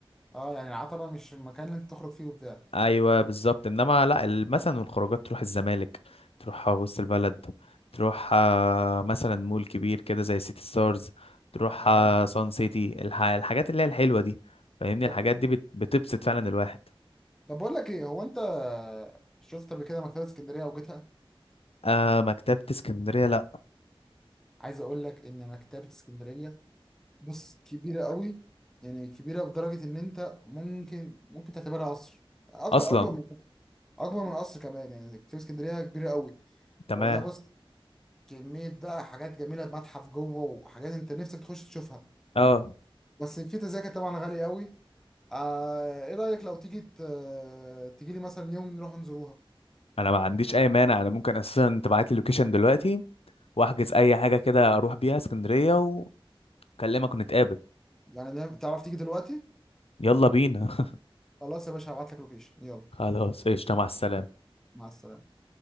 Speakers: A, in the centre; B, on the left (about 85°).
A: اه يعني العتبه مش المكان اللي انت تخرج فيه وبتاع
B: ايوه بالظبط انما لا ال- مثلا الخروجات تروح الزمالك تروح وسط البلد تروح آه، مثلا مول كبير كده زي سيتي ستارز تروح
A: اه
B: آه، سان سيتي الح... الحاجات اللي هي الحلوة دي فاهمني
A: طب
B: الحاجات دي بت... بتبسط فعلا الواحد
A: طب بقول لك ايه هو انت شفت قبل كده مكتبه اسكندريه او جيتها
B: آه مكتبة اسكندرية لا
A: عايز اقول لك ان مكتبة اسكندرية بص كبيرة قوي يعني كبيرة بدرجة ان انت ممكن ممكن تعتبرها قصر اكتر
B: اصلا
A: اكبر من اكبر من قصر كمان يعني مكتبة اسكندرية كبيرة قوي
B: تمام
A: والله بص كمية بقى حاجات جميلة متحف جوه وحاجات انت نفسك تخش تشوفها
B: اه
A: بس في تذاكر طبعا غالية قوي آه ايه رأيك لو تيجي ت- تيجي لي مثلا يوم نروح نزوروها
B: انا ما عنديش اي مانع انا ممكن اساسا تبعت لي اللوكيشن دلوقتي واحجز اي حاجه كده اروح بيها اسكندريه واكلمك ونتقابل
A: يعني نعم، تعرف تيجي دلوقتي
B: يلا بينا <laughs>
A: خلاص يا باشا هبعت لك لوكيشن يلا
B: خلاص قشطه مع السلامه
A: مع السلامة